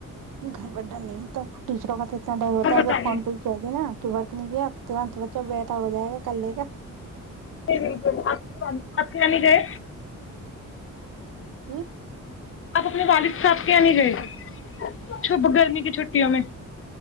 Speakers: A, on the right (about 85°); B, on the left (about 45°).
A: گھر بڈا نہیں ہوتا ٹیچروں کا تو ہوتا
B: اور بتائیے
A: اگر فون پے کہ دیا نا تو فرق نہیں کیا ترنت بچہ بیٹھا ہو جائے گا کل لے کا
B: جی بالکل آپ کی آپ کیانی گئے
A: جی
B: آپ اپنے والد صاحب کے آ نہیں گئے چپ گرمی کی چھٹیوں میں